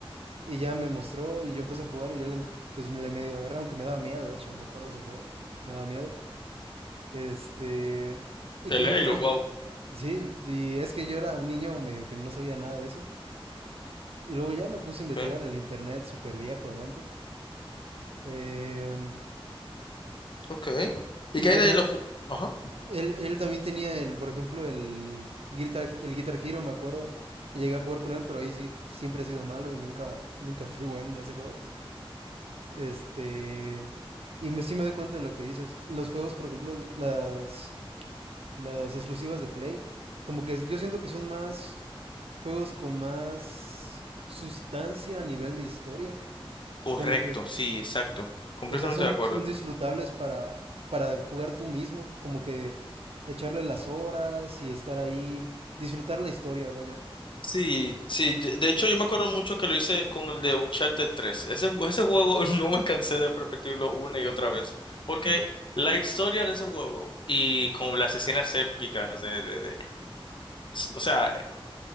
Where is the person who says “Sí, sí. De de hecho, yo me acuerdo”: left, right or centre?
Left